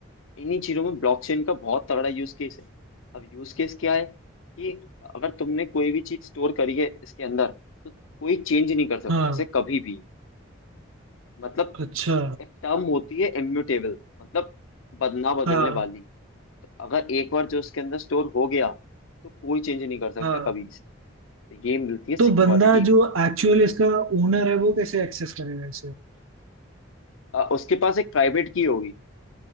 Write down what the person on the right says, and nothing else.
हाँ
अच्छा
हाँ
हाँ
तो
बंदा जो एक्चुअल इसका ओनर है वो कैसे एक्सेस करेगा इसे